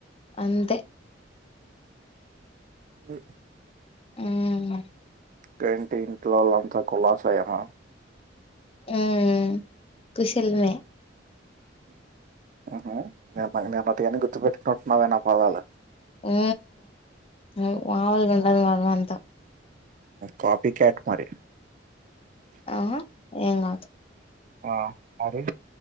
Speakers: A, on the left; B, on the right.
A: అంతే
B: మ్
A: హ్మ్.
B: ఇంకా ఏంటీ ఇంట్లోలు అంత కులాసా ఏనా
A: మ్మ్ కుశలమే
B: ఉహు నిన్నటి అన్ని గుర్తుపెట్టుకున్నట్టున్నావే నా పదాలు
A: ఉ మమ్ములగా ఉన్నడదు మరి మనతో
B: కాఫీ క్యాట్ మారీ
A: ఆ ఏం కాదు
B: ఆ మరి